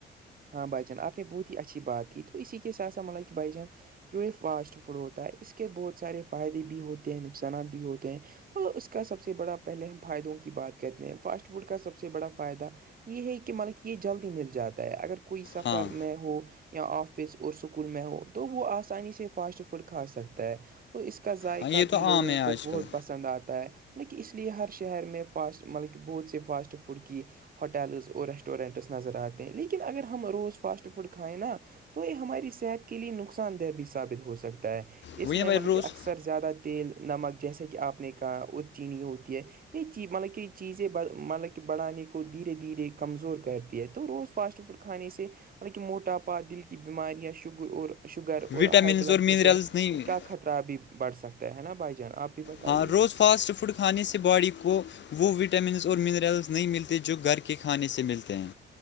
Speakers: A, on the right; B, on the left.
A: ہاں بھائی جان آپ نے بہت ہی اچھی بات کی تو اسی کے ساتھا ملائی کہ بھائی جان جو یہ فاسٹ فوڈ ہوتا ہے اس کے بہت سارے فائدے بھی ہوتے ہیں نقصانات بھی ہوتے ہیں تو اس کا سب سے بڑا پہلے ہم فائدوں کی بات کرتے ہیں فاسٹ فوڈ کا سب سے بڑا فائدہ یہ ہے کہ ملا کہ یہ جلدی مل جاتا ہے اگر کوئی سفر
B: ہاں
A: میں ہو یا آفس اور اسکول میں ہو تو وہ آسانی سے فاسٹ فوڈ کھا سکتا ہے تو اس کا ذائقہ
B: ہاں یہ
A: بھی
B: تو
A: لوگوں
B: عام ہے آج
A: کو بہت
B: کل
A: پسند آتا ہے لیکن اس لیے ہر شہر میں فاسٹ مطلب کہ بہت سےی فاسٹ فوڈ کی ہوٹ ہوٹیلز اور ریسٹورینٹس نظر آتے ہیں لیکن اگر ہم روز فاسٹ فوڈ کھائیں نا تو یہ ہماری صحت کے لیے نقصان دہ بھی ثابت ہو سکتا ہے
B: وہی
A: اس میںمل
B: نا بھائی روز
A: کے اکثر اکثر زیادہ تیل نمک جیسے کہ آپ نے کہا اور چینی ہوتی ہے یہ چیز مطلب کہ چیزیں مطلب کہ بڑھانے کو دھیرے دھیرے کمزور کرتی ہے تو روز فاسٹ فوڈ کھانے سے مطلب کہ موٹاپا دل کی بیماریاں شگ اور شگر اور
B: وٹامنز
A: ہائی بلڈ
B: اور
A: پریشر
B: منرلز نہیں
A: خطرہ بھی بڑھ سکتا ہے نا بھائی جان آپ بھی بتائیے
B: ہاں روز فاسٹ فوڈ کھانے سے باڈی کو وہ وٹامنس اور منرلز نہیں ملتے جو گھر کے کھانے سے ملتے ہیں